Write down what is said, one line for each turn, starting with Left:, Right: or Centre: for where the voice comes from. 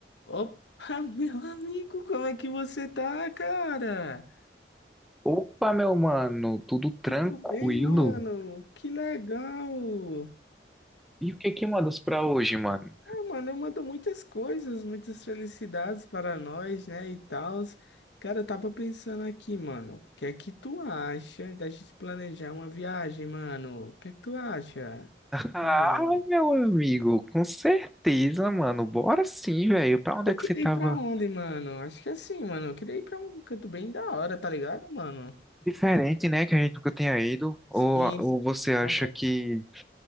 Left: Opa, <laughs> meu amigo, como é que você tá, cara?
Centre: Opa, meu mano, tudo tranquilo?
Left: Tudo bem, mano? Que legal!
Centre: E o que que mandas pra hoje, mano?
Left: Ah, mano, eu mando muitas coisas, muitas felicidades para nós, né, e tal. Cara, eu tava pensando aqui, mano, o que é que tu acha da gente planejar uma viagem, mano? O que é que tu acha?
Centre: Ah,
Left: Mano,
Centre: meu amigo, com certeza, mano. Bora sim, velho. Pra onde
Left: eu
Centre: é que
Left: queria
Centre: você tava?
Left: ir pra onde, mano? Acho que é assim, mano, eu queria ir pra um canto bem da hora, tá ligado, mano?
Centre: Diferente, né? Que a gente nunca tenha ido. Ou,
Left: Sim,
Centre: ou
Left: sim,
Centre: você
Left: é importante.
Centre: acha que